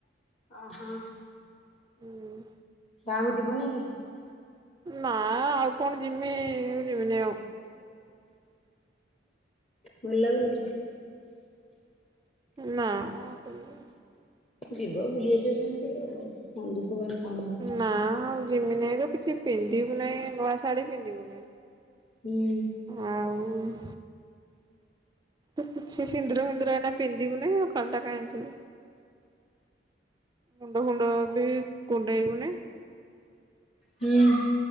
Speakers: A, on the left; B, on the right.
A: ଓହୋ।
B: ହୁଁ।
A: ଗାଁକୁ ଯିବନି କି?
B: ନା ଆଉ କଣ ଯିମି, ଯିମିନି ଆଉ।
A: ଭଲ ଲାଗୁନି?
B: ନା <inaudible>
A: ଯିବ ବୁଲି ଆସିବ ସେମିତି ଆଉ କହିଲେ କଣ?
B: ନା ଆଉ ଯିମି ନାହିଁ ତ କିଛି ପିନ୍ଧିବୁ ନାହିଁ ନୂଆ ଶାଢୀ ପିନ୍ଧିବି ନାହିଁ।
A: ହୁଁ।
B: ଆଉ। କିଛି ସିନ୍ଦୁର ଫିନ୍ଦୁର ଏଇନା ପିନ୍ଧିବୁନି ଆଉ ଖାଲିଟା କାହିଁ ଯିବି। ମୁଣ୍ଡ ଫୁଣ୍ଡ ବି କୁଣ୍ଡେଇବୁ ନାହିଁ।
A: ହୁଁ।